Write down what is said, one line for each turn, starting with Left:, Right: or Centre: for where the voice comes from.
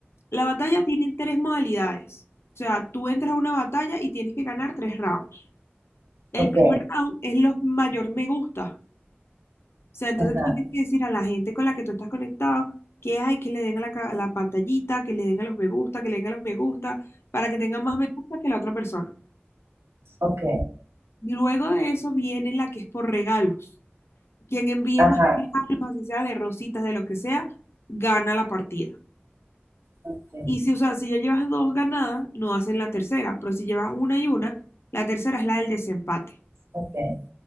Left: la batalla tiene tres modalidades. O sea, tú entras a una batalla y tienes que ganar tres rounds. El
Right: Ok.
Left: primer round es los mayor me gusta. O sea, entonces
Right: Ajá.
Left: tú tienes que decir a la gente con la que tú estás conectado que hay que le den a la, ca- a la pantallita, que le den a los me gusta, que le den a los me gusta, para que tengan más me gusta que la otra persona.
Right: Ok.
Left: Luego de eso viene la que es por regalos. Quien envíe
Right: Ajá.
Left: más regalos, así sea de rositas, de lo que sea, gana la partida.
Right: Ok,
Left: Y si, o sea, si ya llevas dos ganadas, no hacen la tercera, pero si llevas una y una, la tercera es la del desempate.
Right: ok.